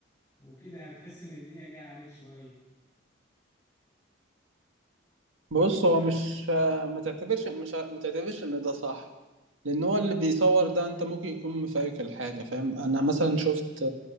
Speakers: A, on the left; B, on the right.
A: وكده يعني تحس ان الدنيا جاية عليك شوية
B: بص هو مش ما تعتبرش مش ما تعتبرش ان ده صح لان هو اللي بيصور ده انت ممكن يكون مفايك الحاجه فاهم انا مثلا شفت